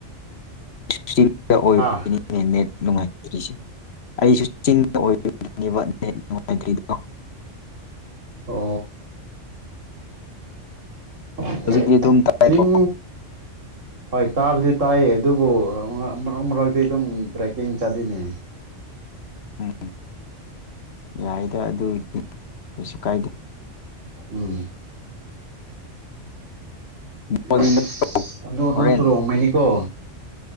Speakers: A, on the left (about 60°); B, on the right (about 85°).
A: ꯆꯤꯡꯗ ꯑꯣꯏꯕꯒꯤꯅꯦ
B: ꯍꯥ
A: ꯅꯨꯡꯉꯥꯇ꯭ꯔꯤꯁꯦ ꯑꯩꯁꯨ ꯆꯤꯡꯗ ꯑꯣꯏꯕꯒꯤꯅꯦꯕ ꯅꯦꯠ ꯅꯨꯡꯉꯥꯏꯇ꯭ꯔꯤꯗꯣ
B: ꯑꯣ ꯑꯍꯥꯍꯥ
A: ꯍꯧꯖꯤꯛꯇꯤ ꯑꯗꯨꯝ ꯇꯥꯏꯀꯣ
B: ꯆꯤꯡ ꯍꯣꯏ ꯇꯥꯕꯨꯗꯤ ꯇꯥꯏꯌꯦ ꯑꯗꯨꯕꯨ ꯃꯔꯛ ꯃꯔꯛꯇꯤ ꯑꯗꯨꯝ ꯇ꯭ꯔꯦꯛꯀꯤꯡ ꯆꯥꯂꯤꯅꯦ
A: ꯎꯝ ꯌꯥꯏꯗ ꯑꯗꯨꯗꯤ ꯀꯩꯁꯨ ꯀꯥꯏꯗꯦ
B: ꯎꯝ
A: ꯕꯣꯜ
B: ꯑꯁ
A: ꯌꯦꯡꯒꯅꯤ
B: ꯑꯗꯣ ꯅꯪꯁꯨ
A: ꯍꯣꯔꯦꯟ
B: ꯔꯣꯡꯃꯩꯅꯤꯀꯣ